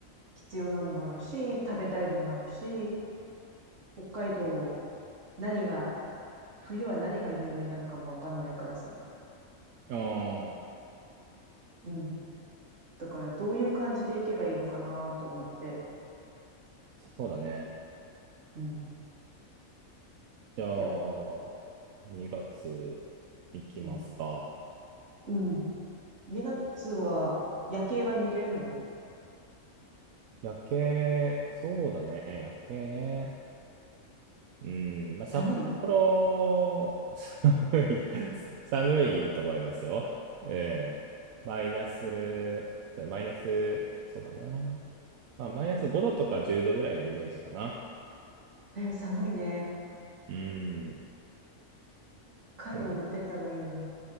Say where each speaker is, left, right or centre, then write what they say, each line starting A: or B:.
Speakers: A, on the right (about 60°); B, on the right (about 85°).
A: 必要なのもあるし、食べたいのもあるし、北海道何が、冬は何が有名なのかもわかんないからさ。
B: うん。ああ、
A: うん。だからどういう感じで行けばいいのかなと思って。
B: そうだね。
A: うん。
B: じゃあ、
A: やっ、
B: 2月いきますか。
A: うん。うん。2月は夜景は見れるの
B: 夜景、そうだね、夜景ね。うん、まあ、
A: 寒い
B: 札幌、<laughs> 寒い、<laughs> 寒いと思いますよ。うん。マイナス、マイナス、そうだな。まあ、マイナス5度とか10度ぐらいのイメージかな。
A: えー寒いね。
B: うん、
A: カイロ持ってった方がいいよね。
B: そうだね、